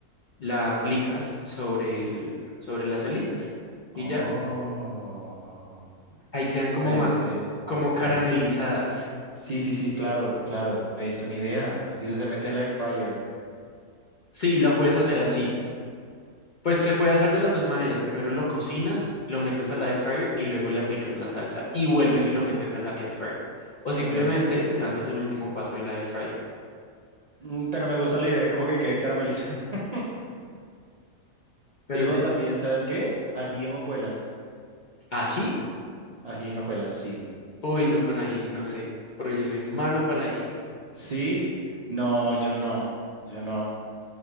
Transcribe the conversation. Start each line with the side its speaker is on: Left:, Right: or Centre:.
Left: la aplicas sobre el, sobre las alitas
Right: Oh,
Left: y ya, ahí quedan como
Right: me
Left: más,
Right: dice.
Left: como caramelizadas.
Right: Sí, sí, sí, claro, claro. Me dice una idea. Y eso se mete en la air fryer.
Left: Sí, la puedes hacer así. Pues se puede hacer de las dos maneras. Primero lo cocinas, lo metes a la air fryer y luego le aplicas la salsa y vuelves y lo metes a la air fryer. O simplemente
Right: Ok.
Left: te saltas el último paso de la air fryer.
Right: Mm, Pero me gusta la idea, como que quede caramelizado. <laughs>
Left: Pero
Right: Tengo
Left: sí,
Right: también, ¿sabes qué? Ají en hojuelas.
Left: ají,
Right: Ají en hojuelas, sí.
Left: uy, no con ají, sí no sé, porque yo soy malo para el ají.
Right: Sí, no, yo no. Yo no.